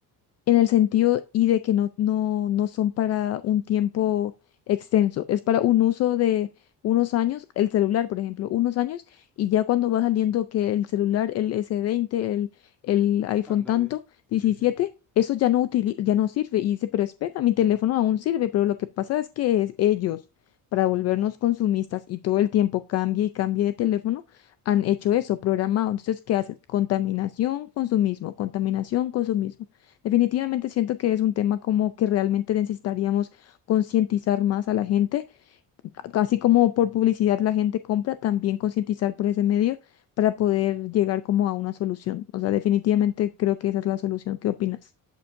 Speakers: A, on the left; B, in the centre.
A: en el sentido y de que no, no, no son para un tiempo extenso, es para un uso de unos años, el celular, por ejemplo, unos años, y ya cuando va saliendo que el celular, el s veinte el, el iPhone
B: Ándale.
A: tanto, diecisiete
B: Sí, sí.
A: eso ya no utili- ya no sirve. Y dice, pero espera, mi teléfono aún sirve, pero lo que pasa es que es ellos. para volvernos consumistas y todo el tiempo cambie y cambie de teléfono, han hecho eso, programado. Entonces, ¿qué hace Contaminación, consumismo, contaminación, consumismo. Definitivamente siento que es un tema como que realmente necesitaríamos concientizar más a la gente, a- así como por publicidad la gente compra, también concientizar por ese medio para poder llegar como a una solución. O sea, definitivamente creo que esa es la solución. ¿Qué opinas?